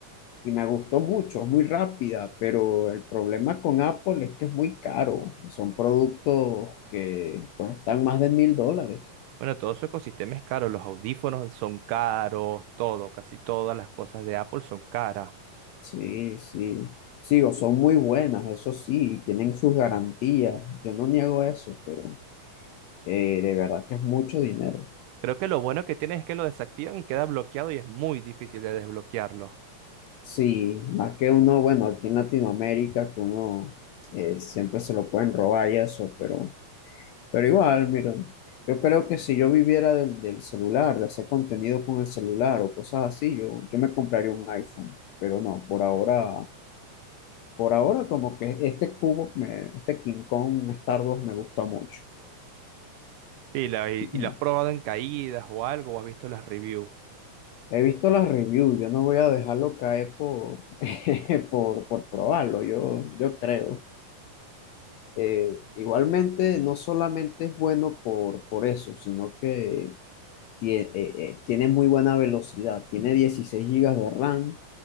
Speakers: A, on the left (about 75°); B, on the right (about 80°).
A: y me gustó mucho, es muy rápida, pero el problema con Apple es que es muy caro. Son productos que cuestan más de mil dólares.
B: Bueno, todo su ecosistema es caro, los audífonos son caros, todo, casi todas las cosas de Apple son caras.
A: Sí, sí. Sigo, son muy buenas, eso sí, tienen sus garantías. Yo no niego eso, pero eh, de verdad que es mucho dinero.
B: Creo que lo bueno que tiene es que lo desactivan y queda bloqueado y es muy difícil de desbloquearlo.
A: Sí, más que uno, bueno, aquí en Latinoamérica, que uno eh, siempre se lo pueden robar y eso, pero Pero igual, mira, yo creo que si yo viviera del, del celular, de hacer contenido con el celular o cosas así, yo, yo me compraría un iPhone. Pero no, por ahora, por ahora como que este cubo, me- este King Kong Star 2 me gusta mucho.
B: Y, la, y,
A: <clears throat> Ujú.
B: y lo has probado en caídas o algo, o has visto las reviews.
A: He visto las reviews, yo no voy a dejarlo caer por, <laughs> por, por probarlo, yo, yo creo. Eh, igualmente, no solamente es bueno por, por eso, sino que tie- eh, eh, tiene muy buena velocidad, tiene 16 gigas de RAM,